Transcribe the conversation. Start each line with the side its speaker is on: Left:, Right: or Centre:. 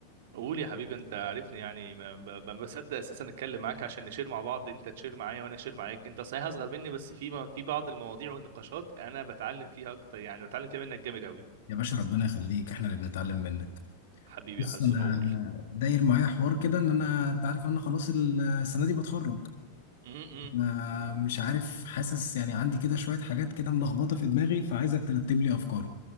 Right: قول يا حبيبي انت عارفني يعني ما ما- ما بصدق اساسا اتكلم معاك عشان نشير مع بعض انت تشير معايا وانا اشير معاك انت صحيح اصغر مني بس في ما في بعض المواضيع والنقاشات انا بتعلم فيها اكتر يعني بتعلم فيها منك جامد قوي
Left: يا باشا ربنا يخليك احنا اللي بنتعلم منك
Right: حبيبي
Left: بص
Right: يا حزم
Left: انا
Right: اقول
Left: داير معايا حوار كده ان انا انت عارف ان انا خلاص السنه دي بتخرج
Right: م-م.
Left: انا مش عارف حاسس يعني عندي كده شويه حاجات كده ملخبطه في دماغي فعايزك ترتب لي افكاري